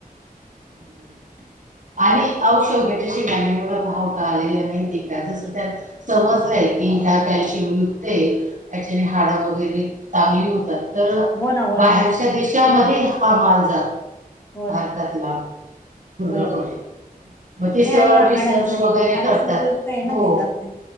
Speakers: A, on the right; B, on the left.
A: हम्म.
B: <inaudible>
A: आणि आहो शेवग्याच्या शेंगांना एवढा भाव का आलेला माहितीये का? जसं त्यात समजलेय की ह्या कॅल्शियम युक्तय त्याच्याने हाडं वगैरे चांगली होतात. तर
B: हो ना हो
A: बाहेरच्या
B: ना
A: देशामध्ये हा माल जातो
B: हो
A: भारतातला
B: ना
A: पूर्णपणे
B: हो
A: मग ते
B: नाही
A: सर
B: आणि
A: रिसर्च
B: हाडांसाठी
A: वगैरे
B: तर फारच
A: करतात.
B: उपयुक्त आहे ना
A: हो
B: तिथं ते